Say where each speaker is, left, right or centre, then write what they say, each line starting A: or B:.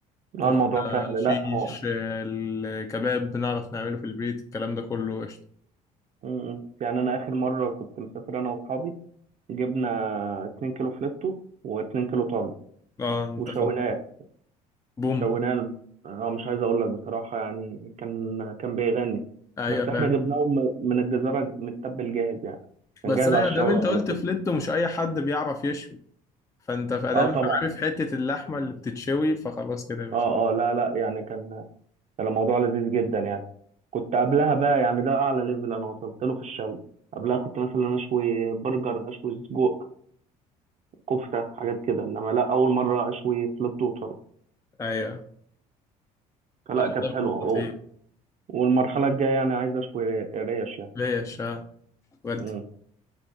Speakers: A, on the right; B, on the left.
A: آه،
B: كفتة
A: الموضوع سهل
B: شيش
A: لا هو
B: آه، الكباب بنعرف نعمله في البيت الكلام ده كله قشطة
A: م- م. يعني انا اخر مرة كنت مسافر انا واصحابي جبنا 2 كيلو فليتو و2 كيلو طرب
B: اه انت
A: وشويناه
B: فاهم بوم
A: شويناه له. اه مش عايز اقول لك بصراحه يعني كان كان بيغني
B: ايوه
A: بس
B: فعلا
A: احنا جبناه م- من الجزيره متبل جاهز يعني كان
B: بس
A: جاهز
B: ايوه
A: على الشوي
B: دام انت قلت
A: على طول
B: فليت مش اي حد بيعرف يشوي فانت فدام
A: اه طبعا
B: عارف حته اللحمه اللي بتتشوي فخلاص كده يا باشا
A: اه اه لا لا يعني كان كان الموضوع لذيذ جدا يعني كنت قبلها بقى يعني ده اعلى ليفل انا وصلت له في الشوي قبلها كنت مثلا اشوي برجر اشوي سجق كفته حاجات كده انما لا اول مره اشوي فلت وطرب
B: ايوه
A: فلا
B: لا
A: كانت
B: طب
A: حلوه اه
B: خطير
A: والمرحله الجايه يعني عايز اشوي ريش
B: ليش اه ودي
A: يعني